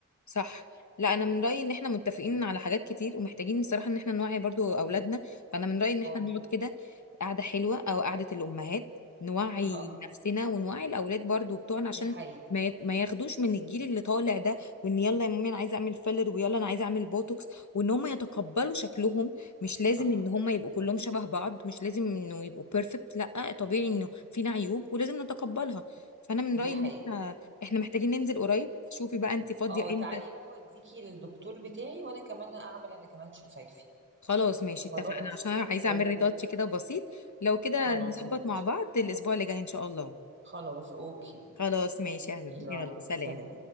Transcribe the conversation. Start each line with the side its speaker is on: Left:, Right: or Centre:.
Left: صح لا انا من رايي ان احنا متفقين على حاجات كتير ومحتاجين بصراحه ان احنا نوعي برضو اولادنا فانا من رايي ان احنا
Right: اه
Left: نقعد كده قعده حلوه او قعده الامهات نوعي
Right: اه
Left: نفسنا ونوعي الاولاد برضو بتوعنا عشان
Right: دي حقيقة
Left: ما يت- ما ياخدوش من الجيل اللي طالع ده وان يلا يا مامي انا عايزه اعمل فيلر ويلا انا عايزه اعمل بوتوكس وان هم يتقبلوا شكلهم مش لازم
Right: صح
Left: ان هم يبقوا كلهم شبه بعض مش لازم انه يبقوا بيرفكت لا طبيعي انه فينا عيوب ولازم نتقبلها فانا من
Right: دي
Left: رايي
Right: حقيقة
Left: ان احنا احنا محتاجين ننزل قريب شوفي بقى انت فاضيه
Right: اه تعالي
Left: امتى
Right: بقى وديكي للدكتور بتاعي وانا كمان اعمل انا كمان شفايفي
Left: خلاص ماشي اتفقنا
Right: خلاص
Left: عشان أنا عايزة
Right: اوكي
Left: اعمل ريتاتش كده بسيط لو كده
Right: خلاص
Left: نظبط
Right: ماشي
Left: مع بعض الاسبوع اللي جاي ان شاء الله
Right: خلاص اوكي
Left: خلاص ماشي يا حبيبي
Right: يلا
Left: يلا سلام
Right: سلام